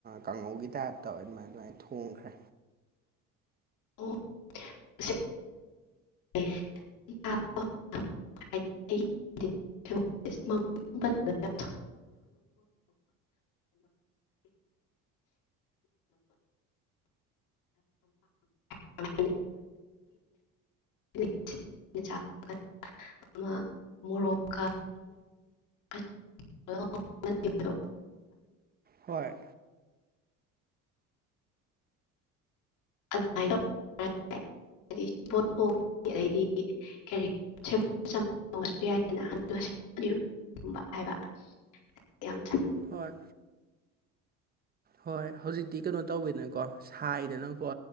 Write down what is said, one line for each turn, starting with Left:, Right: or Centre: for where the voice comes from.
Right: ꯀꯥꯡꯉꯧꯒꯤ ꯇꯥꯏꯞꯇ ꯑꯗꯨꯃꯥꯏꯅ ꯑꯗꯨꯃꯥꯏꯅ ꯊꯣꯡꯈ꯭ꯔꯦ
Left: <unintelligible> <unintelligible> <unintelligible> <unintelligible> <unintelligible> ꯑꯃ ꯃꯣꯔꯣꯛꯀ <inaudible>
Right: ꯍꯣꯏ
Left: ꯑꯗꯨꯃꯥꯏꯅ <unintelligible> ꯑꯗꯩꯗꯤ ꯀꯔꯤ <unintelligible> <inaudible>
Right: ꯍꯣꯏ ꯍꯣꯏ ꯍꯧꯖꯤꯛꯇꯤ ꯀꯩꯅꯣ ꯇꯧꯏꯗꯅꯀꯣ ꯁꯥꯏꯗ ꯅꯪꯀꯣ